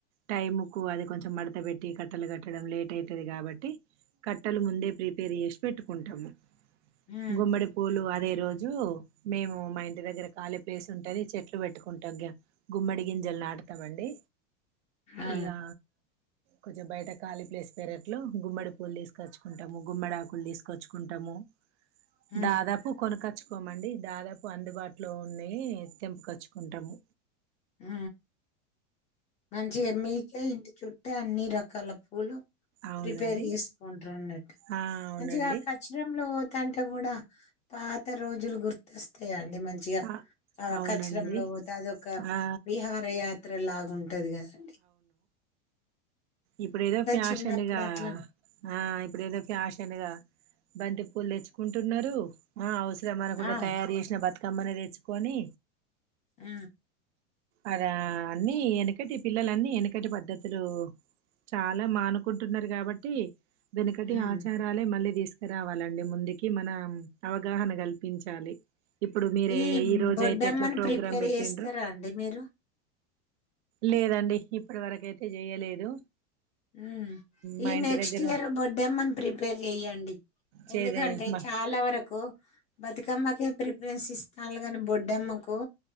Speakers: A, on the right; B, on the left.
A: టైముకు అది కొంచెం మడత పెట్టి కట్టలు కట్టడం లేట్ అవుతది కాబట్టి కట్ ట్టలు ముందే ప్రిపేర్ చేసి పెట్టుకుంటాము
B: ఉమ్
A: గుమ్మడిపూలు అది అదే రోజు మేము మా ఇంటి దగ్గర కాలీ ప్లేస్ ఉంటేని చెట్లు పెట్టుకుంటాం గుమ్మడి గింజలు నాటుతమండి
B: ఆ
A: ఇగా కొంచెం బయట కాళీ ప్లేస్ పెరట్లో గుమ్మడి పూలు తీసుకు తీసుకొచ్చుకుంటాము గుమ్మడాకులు తీసుకొచ్చుకుంటాము
B: ఉమ్
A: దాదాపు కొన కచ్చుకు కోమండి దాదాపు అందుబాటులో ఉన్నాయే తెంపకచ్చుకుంటాము
B: ఆ మంచిగా మీకే ఇంటి చుట్ట అంటే అన్ని రకాల పూలు
A: అవునండి
B: ప్రిపేర్ చేసుకుంటారు అన్నట్టు
A: ఆ అవునండి
B: మంచిగా కచ్చరం లో పోతంటే కూడా పాత రోజులు గుర్తస్తాయా మంచిగా
A: ఆ
B: ఆ
A: అవునండి
B: కచరం లో పోతే అదొక
A: ఆ
B: విహార యాత్ర లాగా ట్టది కాస్ అండి
A: ఇప్పుడేదో ఫ్యాషన్గా
B: చిన్నప్పుడు అట్లా
A: ఆ ఇప్పుడేదో ఫ్యాషన్గా బంతిపూ లు తెచ్చుకుంటున్నారు అ ఇమనకు కూడా
B: ఆ
A: తయారు చేసిన బతుక్ కమ్మని తెచ్చుకొని
B: అ
A: అద అన్నిీ వెనకటి పిల్లలన్నిీ వెనకటి పద్ధతులు చాలా మానుకుంటున్నారు కాబట్టి వెనుకటి
B: ఉమ్
A: ఆచారాలే మళ్ళీ తీసుక్ రావాలండి ముందుకి మన అవగాహన కల్పించాలి ఇప్పుడు మీరే
B: ఈ
A: రోజ
B: బొడ్డమ్మని
A: అయితే ఎట్లా ప్రోగ్రాం
B: ప్రిపేర్
A: పెట్టిండ్రు
B: చేస్తారా అండి మీరు
A: లేదండి ఇప్పటి వరకయితే చేయలేదు
B: మ్మ్
A: మా
B: ఈ
A: ఇంటి
B: నెక్స్ట్
A: దగ్గర
B: ఇయర్ బొడ్డెమ్మని ప్రిపేర్ చెయ్యండి
A: చేదే
B: ఎందుకంటే
A: మా
B: చాలా వరకు బతుకమ్మకే ప్రిఫరెన్స్ ఇస్తాను కానీ బొడ్ దడెమ్మకు